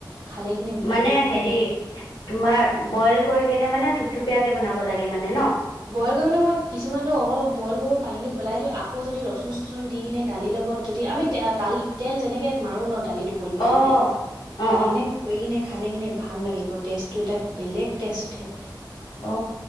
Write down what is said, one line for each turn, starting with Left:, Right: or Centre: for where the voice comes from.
Right: খালে কিনে বহুত
Left: মানে হেৰি
Right: ভাল লাগে
Left: তোমাৰ বইল কৰি কেনে মানে থুপথুপীয়াকে বনাব লাগে মানে ন
Right: বইল কৰিবলে মই কিছুমান ট অকল বইল কৰোঁ পানীটো পেলাই দিওঁ, আকৌ যদি ৰচুন চচুন দি কিনে দালি ল লগত যদি আমি তে তালি তেল যেনেকে মাৰো ন দালিত বইল কৰি
Left: অ',
Right: কিনে
Left: অ', অ',
Right: এনে কৰিকিনে খালে কেনে ভাল লাগে আকৌ টেষ্টটো এটা বেলেগ টেষ্ট উঠে
Left: অ